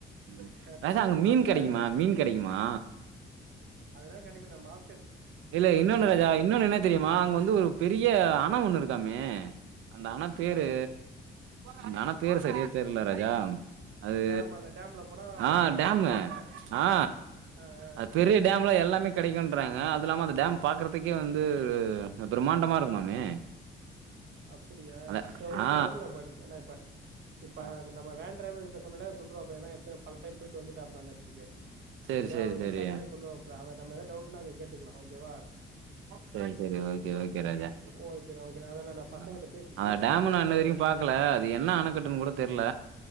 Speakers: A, on the right; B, on the right.
A: ம்
B: இப்ப
A: ராசா
B: நீ
A: அங்க
B: இப்ப
A: மீன்
B: பசங்க
A: கெடைக்குமா மீன் கெடைக்குமா
B: அதுலா கெடைக்கு நம்மால்
A: இல்ல இன்னொன்னு ராஜா இன்னொன்னு என்ன தெரியுமா அங்க வந்து ஒரு பெரிய அண ஒன்னு இருக்காமே அந்த அணப் பேரு
B: ஆ
A: அந்த அணப் பேரு சரியா தெர்ல ராஜா அது
B: டேம் அந்த டேம்ல போனா வாங்கி
A: ஆ
B: சாப்பிடலான்றாங்களா
A: டேமு ஆ
B: ஆ ஆ
A: அது பெரிய டேம்ல எல்லாமே கடைக்கும்ன்றாங்க அது இல்லாம அந்த டேம் பாக்குறதுக்கே வந்து பிரம்மாண்டமா இருக்குமாமே
B: அப்படியா
A: அத
B: ச ஓகிட்டேன்
A: ஆ
B: ஒண்ணுல இப்ப இப்ப
A: ஆ
B: நம்ம வேன் டிரைவர் கிட்ட சொன்னாலே அவ்ரு சொல்றப்ல ஏன எத்தனை பலடைம் போயிட்டு வந்துட்டா அந்த எடத்துக்கு
A: சேரி
B: ஓகே வா
A: சேரி
B: அவர்கிட்ட
A: சேரி
B: கேட்டாலே சொல்லுவாப்புல அவ நம் ஏதாவ டவுட்டுன்ன அங்க கேட்டுக்கலா ஓகேவா
A: சரி சரி ஓகே ஓகே ராஜா
B: ஓகேண்ணா ஓகேண்ணா அதாண்ணா நா பசங்கிட்ட
A: ஆ
B: பேசிட்டு
A: அந்த டேம்
B: என்ன
A: நான் இன்ன வரைக்கும்
B: எ
A: பாக்கல அது என்ன அணக்கட்டுன்னு கூட தெரில